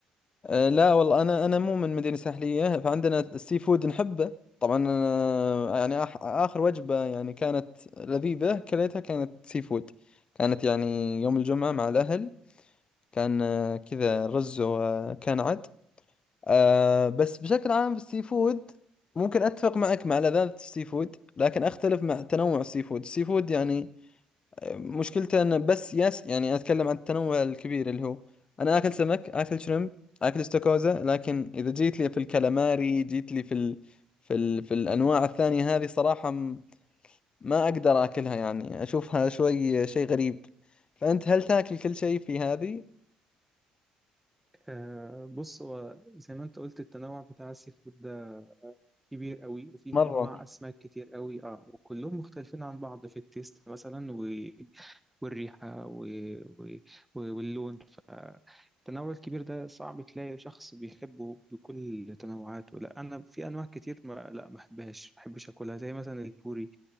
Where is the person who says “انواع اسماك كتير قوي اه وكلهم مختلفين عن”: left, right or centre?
Centre